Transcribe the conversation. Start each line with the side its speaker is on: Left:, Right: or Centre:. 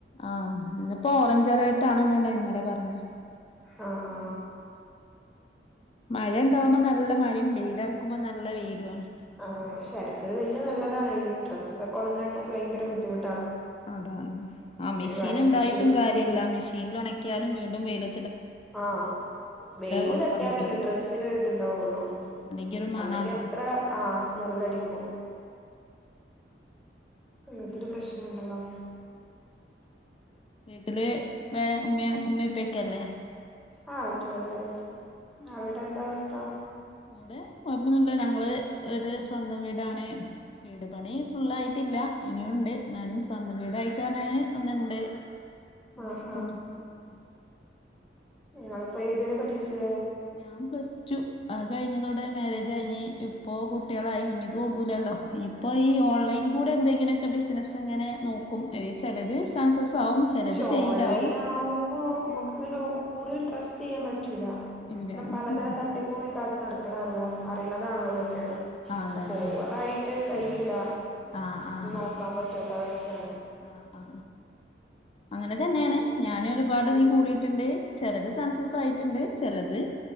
Left: ആഹ് ഇന്നിപ്പോ ഓറഞ്ച് അലേർട്ട് ആണ്ന്ന്ല്ലേ ഇന്ന ന്തെ പർഞ്ഞു.
Centre: ആ ആ
Left: മഴ ഇണ്ടാവുമ്പോ നല്ല മഴയും വെയി ലെറക്കുമ്പോ നല്ല വെയിലു ആണ്
Centre: ആഹ് പക്ഷെ എടക്കൊരു വെയില് നല്ലതാണ് ഈ ഡ്രസ്
Left: ആ
Centre: ഒക്കെ ഒണങ്ങാഞ്ഞാൽ ഭയങ്കര ബുദ്ധിമു
Left: അതാണ് ആ മിഷീൻ
Centre: വാഷിംഗ്
Left: ഉണ്ടായിട്ടും
Centre: മെഷീന്
Left: കാര്യല്ല മിഷീനിൽ ഒണക്കിയാലും വീണ്ടും വെയില
Centre: ആഹ് വെയില്
Left: ഉണക്കം
Centre: തട്ടിയാലല്ലേ
Left: കിട്ടൂല
Centre: ഡ്രസ്സിന് ഒരു ഇതൊണ്ടാവൊള്ളു
Left: ആ അല്ലെങ്കി ഒരു മണാണ്
Centre: അല്ലെങ്കി എത്ര ആ സ്മെല്ലടിക്കും അങ്ങനത്തൊരു പ്രശ്നം ണ്ടല്ലോ
Left: വീട്ടില് ഉപ്പയും ഉമ്മയും ഉമ്മപ്പക്കല്ലേ
Centre: ആ വീട്ടിലെല്ലാരും <unintelligible> അവിടെന്താ വ ന്താണ്
Left: ഇവിടെ കുഴപ്പൊന്നുല്ല ഞങ്ങള് ഇവിടെ സ്വന്തം വീടാണ് വീട് പണി ഫുള്ളായിട്ടില്ല ഇനിയും ഉണ്ട് എന്നാലും സ്വന്തം വീടായിട്ട് പറഞ്ഞാന് ഒന്നുണ്ട് അങ്ങനെ
Centre: ആഹ്
Left: പോണ് ഉം
Centre: നിങ്ങളപ്പോ ഏതുവരെ പഠിച്ച്
Left: ഞാൻ പ്ലസ് ടു അത് കഴിഞ്ഞതോടെ മാര്യേജ് കഴിഞ്ഞ് ഇപ്പോ കുട്ടികളായി ഇനി പോകൂ ലല്ലോ ഇപ്പോ ഈ ഓൺലൈൻ കൂടെ എന്തെങ്കിലൊക്കെ ബിസിനസ് ഇങ്ങനെ നോക്കും അതില് ചെലത് സക്സസ് ആവും ചിലത്
Centre: ക്ഷെ
Left: ഫെയിൽ
Centre: ഓൺലൈൻ
Left: ആവും
Centre: ആവുമ്പോ നമ്മുക്ക് ഒരു കൂടുതൽ ട്രസ്റ് ചെയ്യാൻപറ്റു ല്ല കാരണം
Left: ഇല്ല
Centre: പലതരം
Left: ഉം.
Centre: തട്ടിപ്പൂ ഈ കാലത്ത് നടക്കണതല്ലേ
Left: ആ
Centre: അറി ണതാണ ഇതൊക്കെ
Left: ആ ആ, അതാണ്
Centre: അപ്പോ ഓവറായിട്ട് കഴി യില്ല
Left: ആ ആ
Centre: നോക്കാൻ
Left: ആ
Centre: പറ്റാത്ത അവസ്ഥയാണ്
Left: ആ ആ അങ്ങനെത്തന്നെയാണ് ഞാന് ഒരുപാട് തില്
Centre: ഉം
Left: കൂടിയിട്ടുണ്ട് ചെലത് സക്സസ് ആയിട്ടുണ്ട് ചെ ലത്